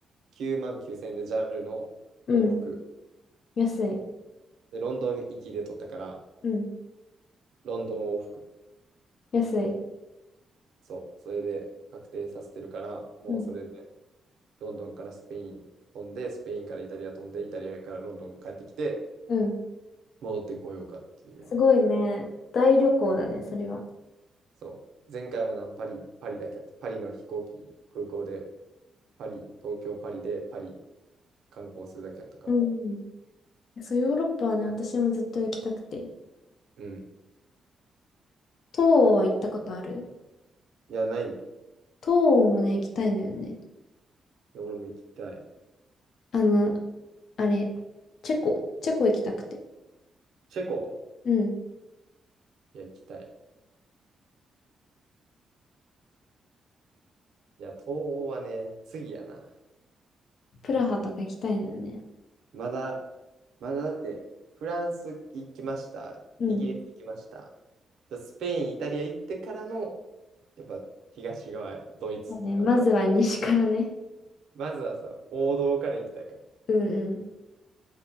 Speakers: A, on the right; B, on the left.
A: 9万9000円で JAL の往復。
B: うん。安い。
A: で、ロンドン行きで取ったから、
B: うん、
A: ロンドン往復。
B: 安い。
A: そう、それで確定させてるから、もうそれで
B: うん、
A: ロンドンからスペイン飛んで、スペインからイタリア飛んで、イタリアからロンドンも帰ってきて、
B: うん。
A: 戻ってこようかっていう。
B: すごいね。大旅行だね、それは。
A: そう、前回はな、パリ、パリだけやった。パリの飛行機、空港で、パリ、東京、パリで、パリ観光するだけやったから。
B: うん。そう、ヨーロッパはね、私もずっと行きたくて。
A: うん。
B: 東欧は行ったことある
A: いや、ないね。
B: 東欧もね、行きたいのよね。
A: いや、俺も行きたい。
B: あの、あれ、チェコ。チェコ行きたくて。
A: チェコ
B: うん。
A: いや、行きたい。いや、東欧はね、次やな。
B: プラハとか行きたいのよね。
A: まだ、まだだって、フランス行きました。
B: うん。
A: イギリス行きました。じゃあスペイン、イタリア行ってからの、やっぱ東側、ドイツとか。
B: そうね、まずは西からね。
A: まずはその王道から行きたいから。
B: <laughs> うんうん。